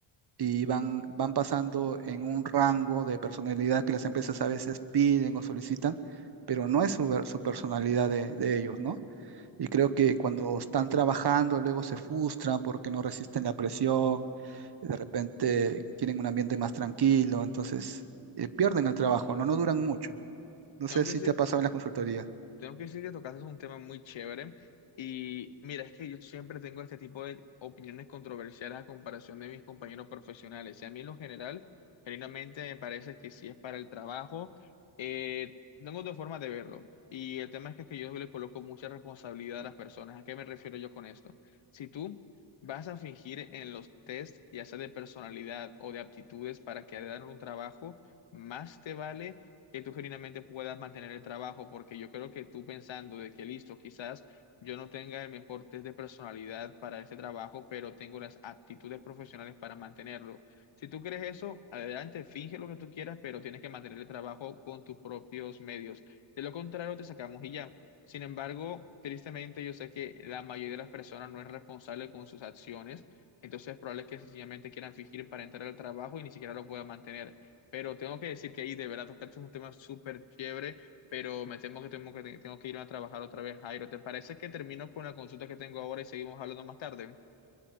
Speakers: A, on the right (about 50°); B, on the left (about 65°).
A: y van, van pasando en un rango de personalidad que las empresas a veces piden o solicitan, pero no es su, su personalidad de, de ellos, ¿no? Y creo que cuando están trabajando, luego se frustran porque no resisten la presión, de repente quieren un ambiente más tranquilo, entonces eh, pierden el trabajo, ¿no? No duran mucho. No
B: Tengo
A: sé si
B: que decir
A: te ha pasado en las consultorías.
B: Tengo que decir que tocaste un tema muy chévere y mira, es que yo siempre tengo este tipo de opiniones controversiales a comparación de mis compañeros profesionales. Y a mí en lo general, genuinamente me parece que si es para el trabajo, eh, tengo dos formas de verlo. Y el tema es que, que yo le coloco mucha responsabilidad a las personas. ¿A qué me refiero yo con esto? Si tú vas a fingir en los test, ya sea de personalidad o de aptitudes para que hagan un trabajo, más te vale que tú genuinamente puedas mantener el trabajo, porque yo creo que tú pensando de que listo, quizás yo no tenga el mejor test de personalidad para este trabajo, pero tengo las aptitudes profesionales para mantenerlo. Si tú crees eso, adelante, finge lo que tú quieras, pero tienes que mantener el trabajo con tus propios medios. De lo contrario, te sacamos y ya. Sin embargo, tristemente yo sé que la mayoría de las personas no es responsable con sus acciones, entonces es probable que sencillamente quieran fingir para entrar al trabajo y ni siquiera lo puedan mantener. Pero tengo que decir que ahí de verdad tocaste un tema súper chévere, pero me temo que tengo que tengo que irme a trabajar otra vez, Jairo. ¿Te parece que termino con la consulta que tengo ahora y seguimos hablando más tarde?